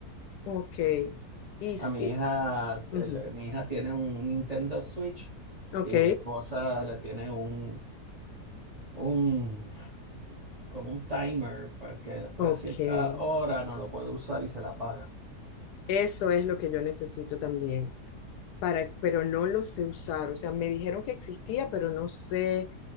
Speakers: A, on the left (about 90°); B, on the right (about 30°).
A: ok. Y,
B: A
A: s-
B: mi
A: y-
B: hija,
A: ujú,
B: el- mi hija tiene un Nintendo Switch
A: ok,
B: y mi esposa le tiene un, un como un timer para que después
A: ok.
B: de cierta hora no lo puede usar y se la apaga.
A: Eso es lo que yo necesito también, para, pero no lo sé usar. O sea, me dijeron que existía, pero no sé.